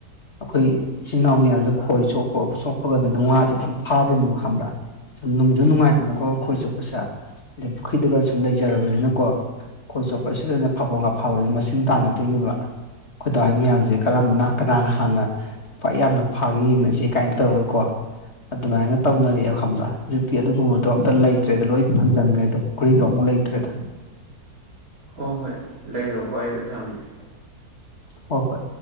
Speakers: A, on the left; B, on the right.
A: ꯑꯩꯈꯣꯏ ꯏꯆꯤꯟ ꯏꯅꯥꯎ ꯃꯌꯥꯝꯁꯦ ꯈꯣꯏ ꯆꯣꯞ ꯄꯣꯛ ꯁꯣꯛꯄꯒꯗꯨꯝ ꯉꯥꯁꯦ ꯑꯗꯨꯝ ꯐꯥꯗꯣꯏꯅꯦꯕꯣ ꯈꯪꯕ꯭ꯔꯥ ꯁꯨꯝ ꯅꯨꯡꯁꯨꯅꯨꯡꯉꯥꯏ ꯑꯗꯨꯅꯀꯣ ꯈꯣꯏ ꯆꯨꯞꯄꯁꯦ ꯑꯗꯩ ꯄꯨꯈ꯭ꯔꯤꯗꯒ ꯁꯨꯝ ꯂꯩꯖꯔꯕꯅꯤꯅꯀꯣ ꯈꯣꯏ ꯆꯣꯠꯄꯁꯤꯗꯅꯦ ꯐꯥꯕꯣ ꯉꯥ ꯐꯥꯕꯁꯦ ꯃꯁꯤꯡ ꯇꯥꯟꯅꯗꯣꯏꯅꯦꯕ ꯑꯩꯈꯣꯏ ꯗꯥꯍꯣꯏ ꯃꯌꯥꯝꯁꯦ ꯀꯔꯝꯕꯅꯥ ꯀꯅꯥꯅ ꯍꯥꯟꯅ ꯈ꯭ꯋꯥꯏ ꯌꯥꯝꯅ ꯐꯥꯒꯦ ꯌꯦꯡꯅꯁꯦ ꯀꯥꯏꯟ ꯇꯧꯔꯒ ꯀꯣ ꯑꯗꯨꯃꯥꯏꯒ ꯇꯧꯅꯔꯛꯑꯦ ꯈꯪꯕ꯭ꯔꯥ ꯍꯧꯖꯤꯛꯇꯤ ꯑꯗꯨꯒꯨꯝꯕ ꯗꯣ ꯑꯝꯇ ꯂꯩꯇ꯭ꯔꯦꯗ ꯂꯣꯏ ꯐꯪꯖꯟꯒ꯭ꯔꯦꯗ ꯄꯨꯈ꯭ꯔꯤꯒ ꯑꯝꯕꯨꯛ ꯂꯩꯇ꯭ꯔꯦꯗ
B: ꯍꯣꯏ ꯍꯣꯏ ꯂꯩꯔꯣꯀꯣ ꯑꯩꯗꯣ ꯊꯝꯕꯤꯒꯦ
A: ꯍꯣꯏ ꯍꯣꯏ